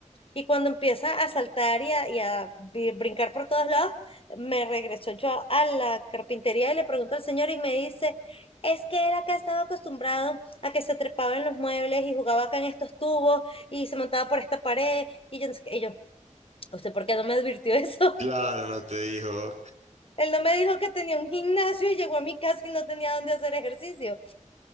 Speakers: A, on the left; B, on the right.
A: y cuando empieza a saltar y a, y a bri- brincar por todos lados, me regresó yo a la carpintería y le pregunto al señor y me dice, es que él acá estaba acostumbrado a que se trepaba en los muebles y jugaba acá en estos tubos y se montaba por esta pared y yo, no sé qué". Y yo, ¿usted por qué no me advirtió <laughs> eso?
B: Claro, no te dijo.
A: Él no me dijo que tenía un gimnasio y llegó a mi casa y no tenía dónde hacer ejercicio.